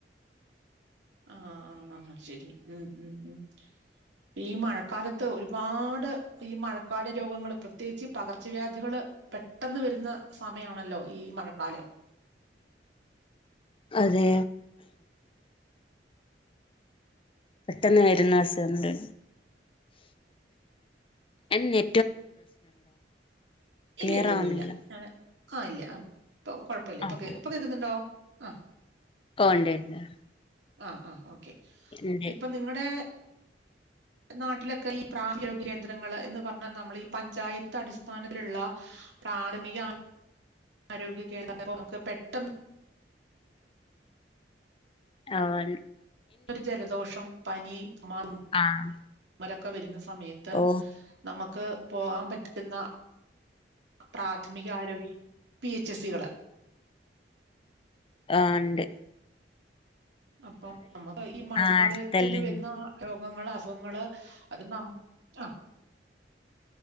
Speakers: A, on the right; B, on the left.
A: ആ ആ ശരി ഉം ഉം ഉ ഈ മഴക്കാലത്ത് ഒരുപാട് ഈ മഴക്കാല രോഗങ്ങള് പ്രത്യേകിച്ച് പകർച്ചവ്യാധികള് പെട്ടെന്ന് വരുന്ന സമയാണല്ലോ ഈ മഴക്കാലം
B: അതെ പെട്ടെന്ന് വരുന്ന അസുഖം ഉണ്ട് എന്നെ ക്ലിയർ
A: ഇല്ല ഇല്ല
B: ആവുന്നില്ല
A: ഇല്ല ഇല്ല ഞ ആഹ ഇല്ല ആഹ ഇപ്പൊ കൊഴപ്പില്ല
B: ആഹ്
A: ഇപ്പൊ ഇപ്പൊ കേൾക്കുന്നുണ്ടോ ആഹ്
B: <unintelligible>
A: ആ ആ ഓ ക്കെ
B: ഉണ്ട്
A: ഇപ്പൊ നിങ്ങടെ നാട്ടിലൊക്കെ ഈ പ്രായോഗ്യ കേന്ദ്രങ്ങള് എന്ന് പറഞ്ഞാ നമ്മള് ഈ പഞ്ചായത്ത് അടിസ്ഥാനലിള്ള പ്രാഥമിക ആരോഗ്യ <unintelligible> നമുക്ക് പെട്ടെന്ന്
B: ആൻ
A: ഒരു ജലദോഷം പനി <unintelligible>
B: ആഹ്
A: ഒക്കെ വരുന്ന സ സമയത്ത്
B: ഓ
A: നമുക്ക് പോകാൻ പറ്റുന്ന പ്രാഥമിക ആരോഗ്യ പി എച്ച് സികള്
B: ആ ഇണ്ട്
A: അപ്പം <unintelligible> ഈ മഴക്കാലത്തിന്
B: ആഹ് അടുത്തല്ലേ
A: വരുന്ന രോ- അസുഖങ്ങള് അസുഖങ്ങള് അത് ആഹ്